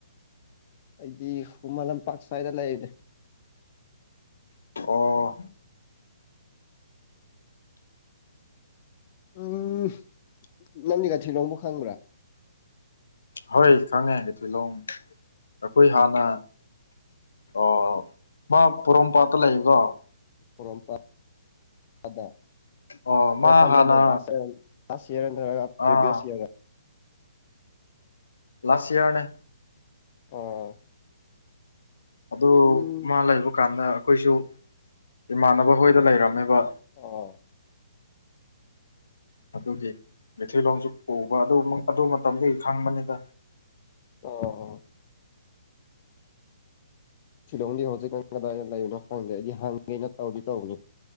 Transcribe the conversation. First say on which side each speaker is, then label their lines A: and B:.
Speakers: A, on the left (about 40°); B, on the left (about 75°).
A: ꯑꯩꯗꯤ ꯍꯨꯃ ꯂꯝꯄꯥꯛꯥ ꯁ꯭ꯋꯥꯏꯗ ꯂꯩꯅꯦ
B: ꯑꯣ
A: ꯎꯝ ꯅꯪꯗꯤꯒ ꯊꯤꯂꯣꯡꯕ ꯈꯪꯕ꯭ꯔꯥ
B: ꯍꯣꯏ ꯈꯪꯉꯦ ꯑꯩꯊꯤꯂꯣꯡ ꯑꯩꯈꯣꯏ ꯍꯥꯟꯅ ꯑꯣ ꯃꯥ ꯄꯣꯔꯣꯝꯄꯥꯠꯇ ꯂꯩꯕ꯭ꯔꯣ
A: ꯄꯣꯔꯣꯝꯄꯥꯠꯇ
B: ꯑꯣ
A: ꯈꯔ
B: ꯃꯥ
A: ꯀꯟꯅ
B: ꯍꯥꯟꯅ
A: ꯅꯣ ꯂꯥꯁ ꯑꯣꯢꯅ ꯂꯥꯁ ꯏꯌꯥꯔꯗꯔꯥ ꯄ꯭ꯔꯤꯚꯤꯌꯁ
B: ꯑꯥ
A: ꯏꯌꯥꯔꯗ
B: ꯂꯥꯁ ꯏꯌꯥꯔꯅꯦ
A: ꯑꯣ
B: ꯑꯗꯨ
A: ꯎꯝ
B: ꯃꯥ ꯂꯩꯕ ꯀꯥꯟꯗ ꯑꯩꯈꯣꯏꯁꯨ ꯏꯃꯥꯟꯅꯕ ꯍꯣꯏꯗ ꯂꯩꯔꯝꯃꯦꯕ
A: ꯑꯣ
B: ꯑꯗꯨꯒꯤ ꯃꯩꯊꯤꯂꯣꯡꯁꯨ ꯄꯨꯕ ꯑꯗꯨ ꯑꯗꯨ ꯃꯇꯝꯗꯨꯒꯤ ꯈꯪꯕꯅꯤꯗ
A: ꯑꯣ ꯁꯤꯂꯣꯡꯗꯤ ꯍꯧꯖꯤꯛ ꯀ ꯀꯗꯥꯏꯗ ꯂꯩꯕꯅꯣ ꯈꯪꯗꯦ ꯑꯩꯗꯤ ꯍꯪꯒꯦꯅ ꯇꯧꯗꯤ ꯇꯧꯕꯅꯤ